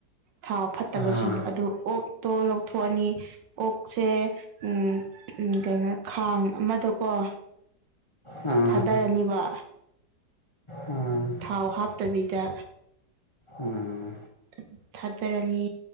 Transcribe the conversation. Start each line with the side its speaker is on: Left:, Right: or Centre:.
Right: ꯊꯥꯎ ꯐꯠꯇꯕꯁꯤꯡ
Left: ꯑꯥ
Right: ꯑꯗꯨ ꯑꯣꯛ ꯇꯣ ꯂꯧꯊꯣꯛꯑꯅꯤ ꯑꯣꯛꯁꯦ ꯎ ꯎ ꯀꯩꯅꯣ ꯈꯥꯡ ꯑꯃꯗꯀꯣ ꯑ
Left: ꯎꯝ
Right: ꯊꯥꯗꯔꯅꯤꯕ
Left: ꯎꯝ
Right: ꯊꯥꯎ ꯍꯥꯞꯇꯕꯤꯗ꯫
Left: ꯎꯝ
Right: ꯑꯗ ꯊꯥꯗꯔꯅꯤ